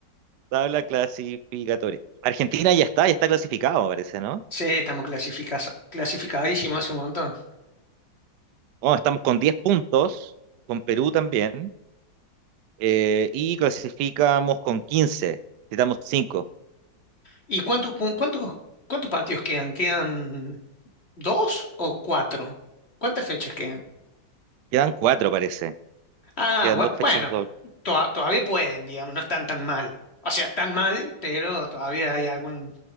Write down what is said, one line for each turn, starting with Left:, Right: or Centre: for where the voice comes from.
Right: Tabla clasificatoria. Argentina ya está, ya está clasificado, parece, ¿no?
Left: Sí, estamos clasificas- clasificadísimos hace un montón.
Right: Oh, estamos con 10 puntos, con Perú también, eh, y clasificamos con 15. Necesitamos cinco,
Left: ¿Y cuántos, pun- cuántos, cuántos partidos quedan? ¿Quedan dos o cuatro? ¿Cuántas fechas quedan?
Right: Quedan 4, parece.
Left: Ah,
Right: Quedan
Left: bu-
Right: dos fechas
Left: bueno,
Right: dobles.
Left: toa- todavía pueden, digamos, no están tan mal. O sea, tan mal, pero todavía hay algún,